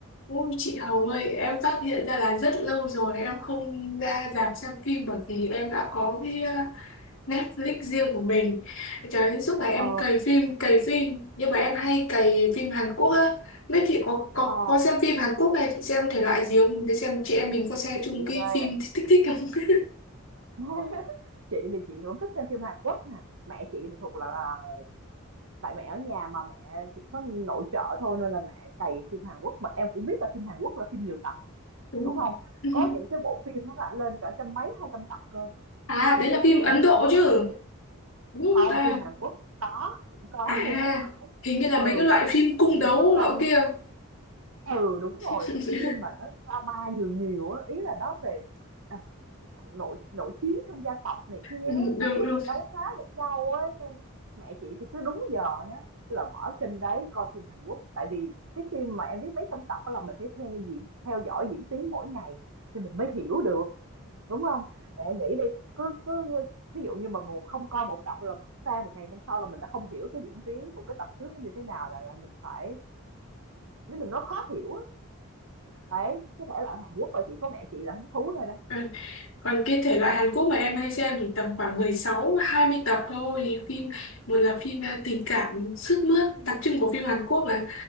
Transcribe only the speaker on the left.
Ôi chị Hồng ơi, em phát hiện ra là rất lâu rồi em không ra rạp xem phim bởi vì em đã có cái uh, Netflix riêng của mình. Trời ơi, suốt ngày
em cày phim, cày phim. Nhưng mà em hay cày phim Hàn Quốc á. Biết chị có, có,
có xem phim Hàn Quốc này, chị xem thể loại gì không? Để xem chị em mình có xem
chung cái
phim thích thích thích không? <laughs>
Đúng
không?
<laughs>
À,
đấy
là phim
Ấn
Độ
chứ.
Đúng không
ta?
À,
hình như là
mấy cái loại phim
cung
đấu
nọ kia.
<laughs>
Ừ,
Đúng,
đúng,
đúng. Còn cái thể loại Hàn Quốc mà em hay xem thì tầm khoảng 16 20 tập thôi. thì Phim một là phim ờ, tình cảm sướt mướt, đặc trưng của phim Hàn Quốc là